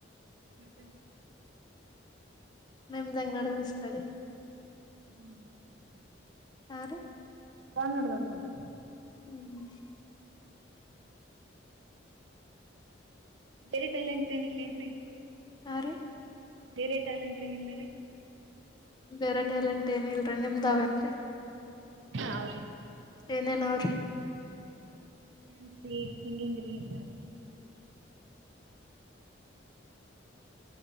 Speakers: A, on the right; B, on the left.
A: <unintelligible>
B: ನಿಮ್ದ್ ಹೆಂಗ್ ನಡ್ದೈದ್ ಸ್ಟಡಿ
A: <inaudible>
B: ಹಾ ರೀ
A: ರಾಂಗ್ ಅಡ್ಡದಾಗ ನೋಡ್ರಿ
B: ಹ್ಮ್
A: ಬರೀ ಟ್ಯಾಲೆಂಟ್ಸ ಏನ್ ಇಲ್ಲೇ ಏನ್ರಿ
B: ಆ ರೀ
A: ಬೇರೆ ಟ್ಯಾಲೆಂಟ್ಸ್ ಏನಿಲ್ಲ ರೀ
B: ಬೇರೆ ಟ್ಯಾಲೆಂಟ್ ಏನ್ ಇಲ್ಲರೀ ನಿಮ್ದಾವೇನ್ರರಿ
A: ಹ ಅವ್ರೀ
B: ಏನೇನ್ ಅವ್ರಿ
A: ಏನ್ಸರಿ ಹೆಂಗ ಹೆಂಗಿರಿ ಎಂಗ್